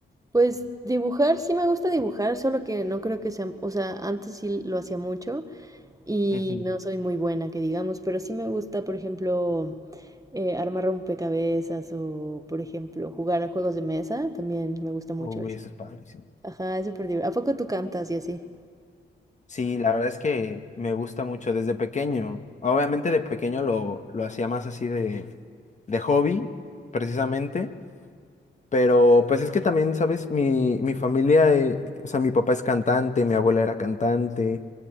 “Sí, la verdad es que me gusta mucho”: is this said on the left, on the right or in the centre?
Left